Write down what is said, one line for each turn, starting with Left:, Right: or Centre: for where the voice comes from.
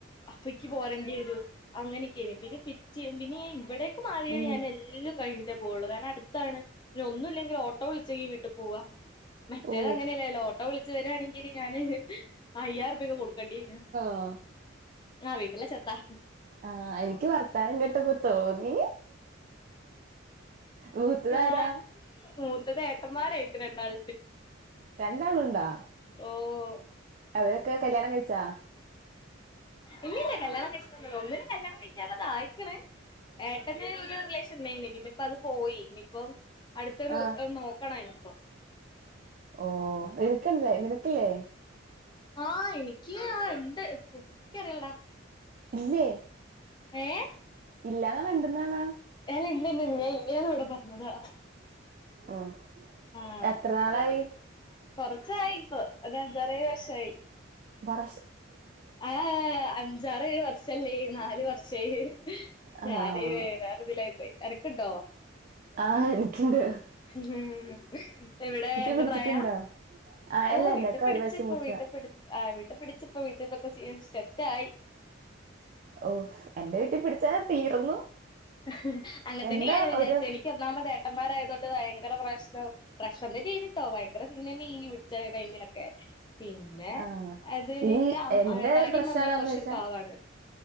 Left: അപ്പയ്ക്ക് പോരേണ്ട്യേരും അങ്ങനെയൊക്കെനി. പിന്നെ പിറ്റേ പിന്നെ ഇവിടെക്കെ മാറിയ
Right: ഉം
Left: ഞാൻ എല്ലും കഴിഞ്ഞിട്ടേ പോവുള്ളു. കാരണം അടുത്താണ് പിന്നെ ഒന്നും ഇല്ലെങ്കിൽ ഓട്ടോ വിളിച്ചെങ്കിൽ വീട്ടിൽ പോവാ മറ്റേത്
Right: ഓ
Left: അങ്ങനെയല്ലേല്ലോ ഓട്ടോ വിളിച്ച് വരായാണെങ്കില് ഞാന് അയ്യായിംുപൊക്കെ കൊടുക്കേണ്ടി നു
Right: ആഹ്
Left: ആഹ് വീട്ടിലെ ചെറുതാ
Right: ആഹ് എനിക്ക് താനം കെട്ടപ്പോ തോന്നി മുത്തദാരാം
Left: ഞാൻ മൂത്തത് ഏട്ടന്മാരായിത് രണ്ടാൾ
Right: രണ്ടാളു ഇണ്ടൊ
Left: ഓഹ്
Right: അവരൊക്കെ കല്യാണം കഴിച്ചാ
Left: ഇല്ലല്ല കല്യാണം കഴിച്ച്ട്ടൊന്നുല്ല. ഒന്നിന് കല്യാണം കഴിക്കാനുള്ളത് ആയിക്ക്ണ ഏട്ട ന്‌ റിലേഷൻന്നായി <unintelligible> പിന്നെ. ഇപ്പ അത് പോയി ഇനിയിപ്പം അടുത്തൊരു
Right: ആ
Left: നോക്കണ ഇനി ഇപ്പം.
Right: ഓ എനിക്ക്ണ്ട് നിനക്കില്ലേ
Left: ആഹ് എനിക്ക് ആഹ് ഇണ്ട് എനിക്കറില
Right: ഇല്ലേ
Left: ഏഹ്
Right: ഇല്ലാന്നാണോ ഉണ്ട്ന്നാണോ
Left: ഇയാള് ഇല്ലന്ന് ഇങ്ങള് ഇല്യാന്ന് ഇവടെ പർണതാ
Right: ഉം
Left: ആഹ്
Right: എത്ര നാളായി
Left: കൊറച്ചായിപ്പൊ ഒരഞ്ചാറേഴ് വർഷായി
Right: വറസ്
Left: ആഹ് അഞ്ചാറേഴ് വർ ഷല്ലേയ് നാല് വർഷേയ്
Right: ആഹ്
Left: ഞാനൈ വെ വേറൊരിതിലായിപ്പോയി അനക്ക്ണ്ടോ
Right: ആഹ് ഇൻക്കിണ്ട്
Left: ഇഹ് ഹ് ഹ് എവിടെ എന്റെ
Right: പിടിച്ചിട്ടുണ്ടോ
Left: പ്രായാ
Right: ആഹ്
Left: ഓ
Right: അല്ല എന്നേക്കാ
Left: വീട്ട്പ്ടിച്ച്പ്പാെ
Right: ഒരു വയസ്സ് മൂത്തതാ
Left: വീട്ട്പ്ട് ആഹ് വീട്ട്പ്ടിച്ച്പ്പൊ വീട്ടിൽതൊക്കെച്യ്യ്ണ്ട് സെറ്റായി
Right: ഓ എന്റെ വീട്ടിപിടിച്ചാ തീർന്നു
Left: ഇഹ് ഹ്അങ്ങൻതെന്നെ
Right: എന്താ
Left: ഞാനും വിജാരിച്ച്
Right: ഒരു
Left: എനിക്ക് ഒന്നാമത് ഏട്ടന്മാരായതൊ ണ്ട് ഇത് ഭയങ്കര പ്രശ്നാവും പ്രഷ്ണം തെന്നെയേണ് ട്ടോ ഭയങ്കര സീനെന്നൈന് വിട്ച്ച ടൈമിലെക്കെ പിന്നെ
Right: ആഹ്
Left: അത് ന്
Right: ഈ
Left: ഇന്റെ അം
Right: എന്റെ
Left: ഏഹ് ഡാഡിം
Right: പ്രശ്നം
Left: മമ്മിം
Right: എന്താന്ന്
Left: കൊറച്ചൊരു
Right: വെച്ചാ
Left: പാവാണ്